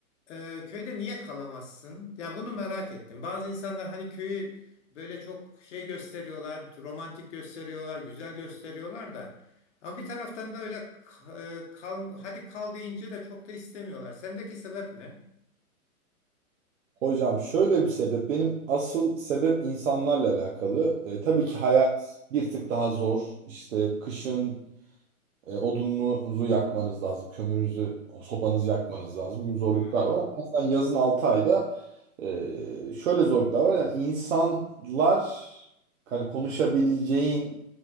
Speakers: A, on the left (about 55°); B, on the right (about 60°).
A: Ee, köyde niye kalamazsın? Ya bunu merak ettim. Bazı insanlar hani köyü böyle çok şey gösteriyorlar, romantik gösteriyorlar, güzel gösteriyorlar da. Ama bir taraftan da öyle e, kal, hadi kal deyince de çok da istemiyorlar. Sendeki sebep ne?
B: Hocam şöyle bir sebep. Benim asıl sebep insanlarla alakalı. E, tabii
A: Hmm,
B: ki hayat bir tık daha zor. İşte kışın E, odununuzu yakmanız lazım. Kömürünüzü, sobanızı yakmanız lazım gibi zorluklar
A: hmm,
B: var. Ama aslında yazın 6 ayda e, şöyle zorluklar var. Yani insanlar hani konuşabileceğin